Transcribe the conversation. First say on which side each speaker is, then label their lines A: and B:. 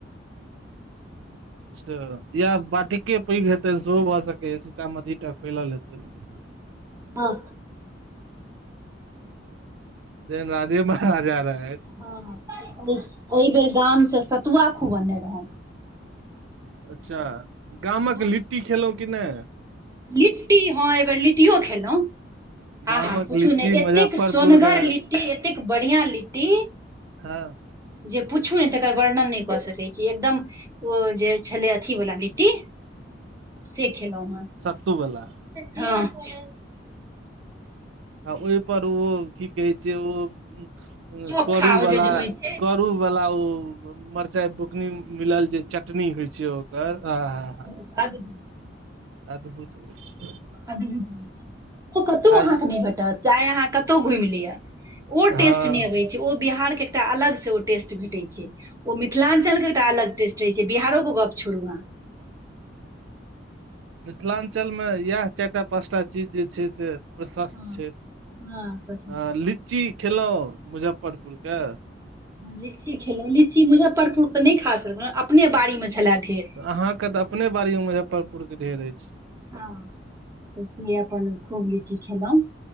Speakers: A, on the right; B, on the right.
A: अच्छ या बाटिके पैघ हेतैन सेहो भऽ सकैए सीतामढ़ी टास फैलल हेतनि।
B: हँ
A: जेन राजे महाराजा रहैथ।
B: हँ, अइ बेर गाम से सतुआ खुब अनने रहौउं।
A: अच्छा गामक
B: भोर
A: लिट्टी खेलउं कि नै?
B: लिट्टी हँं अइबेेर लिटीयो खेलउं। आहा
A: गामक
B: पूछू
A: लीची
B: ने एत्तेक
A: मुजफ्फरपुर
B: सोनगर
A: के
B: लिट्टी, एतेक बढ़ियां लिट्टी
A: हँ
B: जे पूछू ने तेकर वर्णन नै कऽ सकै छी एकदम ओ जे छलै अथी वला लिट्टी से खेलउं हन।
A: सत्तू वला।
B: हँ
A: आ ओय पर ओ, कि कहै छै ओ
B: चोखा
A: करू
B: ओ
A: बला,
B: जे जे होइ छै
A: करू बला ओ मरचाई बुकनी मिलल जे चट टनी होइ छै ओकर, आ-हा-हा
B: <unintelligible>
A: अद्भुत होय छै।
B: अद्भुत ओ कत्तौ
A: आ
B: अहाँ के नै भेटत। चाये अहाँ कत्तौ घुइम लिअ। ओ टेस्ट
A: हँ
B: ने अबै ओ बिहार के एकटा अलग से ओ टेस्ट भेटै छै। ओ मिथिलाञ्चल के एकटा अलग टेस्ट ठीक छै। बिहारो के गप छोड़ू अहाँ।
A: मिथिलाञ्चल मे इएह चारि टा पाँच टा चीज जे छै से प्रशस्त
B: अहाँ
A: छै।
B: हँ हँ
A: आ लीच्ची खेलउं, मुजफ्फरपुर के?
B: लीच्ची खेलउं। लीच्ची मुजफ्फरपुर के नै खा सकलउं। अपने बाड़ीमे छले ढेर।
A: अहाँके तऽ अपने बाड़ी मे मुजफ्फरपुर के ढेर अछि।
B: हँ <unintelligible> अपन खूब लीची खेलौं